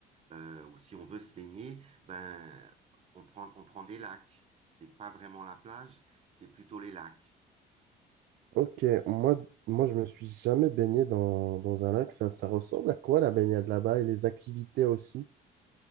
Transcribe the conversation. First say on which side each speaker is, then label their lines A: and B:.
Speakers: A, on the right (about 40°); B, on the right (about 70°).
A: euh, ou si on veut se baigner, ben on prend, on prend des lacs. C'est pas vraiment la plage, c'est plutôt les lacs.
B: ok, moi, moi je me suis jamais baigné dans, dans un lac. Ça, ça ressemble à quoi la baignade là-bas et les activités aussi?